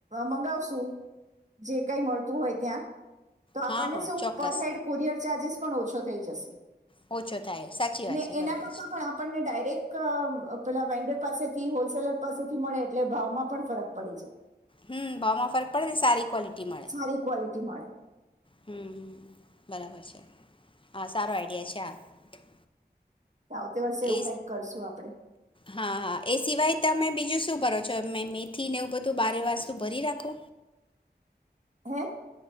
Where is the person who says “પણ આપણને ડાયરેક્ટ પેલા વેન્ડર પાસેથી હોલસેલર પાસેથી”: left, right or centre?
Right